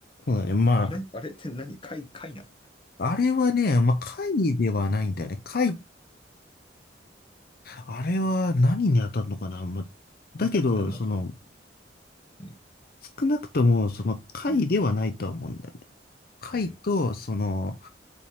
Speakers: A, on the left (about 55°); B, on the left (about 30°).
A: そうだね。まあ、
B: あれ、あれって何貝、貝なの
A: あれはね、まあ、貝ではないんだよね。貝、あれは何に当たるのかなまあ、だけど、
B: な、なんなの
A: その、
B: うん。
A: 少なくとも、その、貝ではないとは思うんだよね。
B: うん。へ
A: 貝と、
B: え。
A: その、